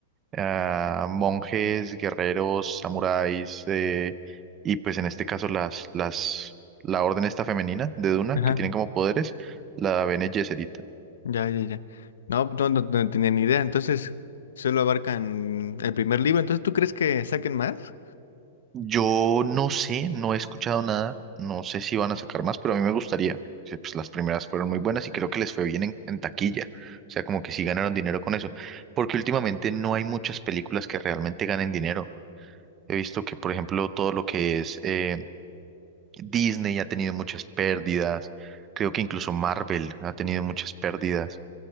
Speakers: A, on the right; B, on the left.
A: ah, monjes, guerreros, samuráis, eh, y pues en este caso las, las, la orden esta femenina de Duna,
B: Ajá.
A: que tienen como poderes, la Bene Gesserit.
B: Ya, ya, ya. No, no, no, no tenía ni idea. Entonces, solo abarcan el primer libro. Entonces, ¿tú crees que saquen más?
A: Yo no sé, no he escuchado nada, no sé si van a sacar más, pero a mí me gustaría. Sí, Pues las primeras fueron muy buenas y creo que les fue bien en, en taquilla. O sea, como que sí ganaron dinero con eso. Porque últimamente no hay muchas películas que realmente ganen dinero. He visto que, por ejemplo, todo lo que es eh, Disney ha tenido muchas pérdidas, creo que incluso Marvel ha tenido muchas pérdidas.